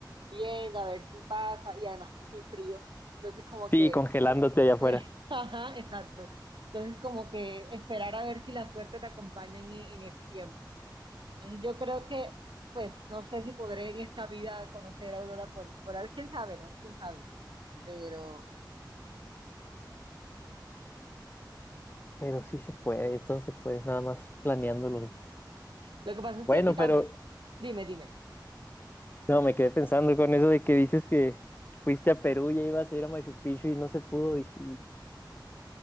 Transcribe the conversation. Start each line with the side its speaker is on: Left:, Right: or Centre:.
Right: viendo a ver si pasa y además que es muy frío. Entonces como
Left: Sí,
Right: que,
Left: congelándote allá
Right: <laughs>
Left: afuera.
Right: ajá, exacto. Entonces como que esperar a ver si la suerte te acompaña en, e- en ese tiempo. Entonces yo creo que, pues, no sé si podré en esta vida conocer a Aurora Bor- Boreal, quién sabe, ¿no? Quién sabe. Pero
Left: Pero sí se puede, todo se puede, nada más planeándolo. güey.
Right: lo que pasa es
Left: Bueno,
Right: que si también,
Left: pero
Right: dime, dime,
Left: no, me quedé pensando con eso de que dices que fuiste a Perú y ibas a ir a Machu Picchu y no se pudo. Dije,